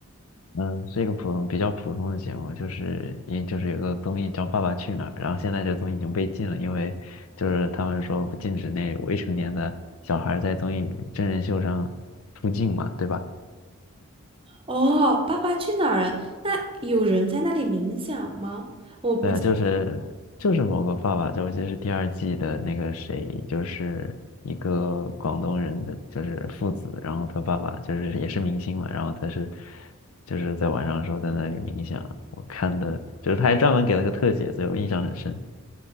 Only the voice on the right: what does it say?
哦，《爸爸去哪儿》啊？那有人在那里冥想吗？我不。